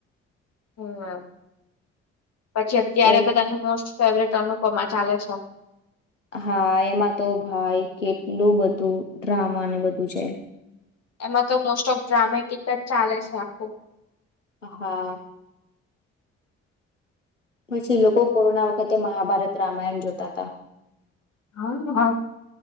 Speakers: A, on the left; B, on the left.
A: <unintelligible> પછી અત્યારે
B: તો એ
A: બધાની મોસ્ટ ફેવરેટ અનુપમાં ચાલે છે.
B: હા, એમાં તો ભાઈ કેટલું બધું ડ્રામાને બધું છે.
A: એમાં તો મોસ્ટ ઓફ ડ્રામેટિક જ ચાલે છે આખુ.
B: હા પછી લોકો કોરોના વખતે મહાભારત-રામાયણ જોતા તા
A: હ હ.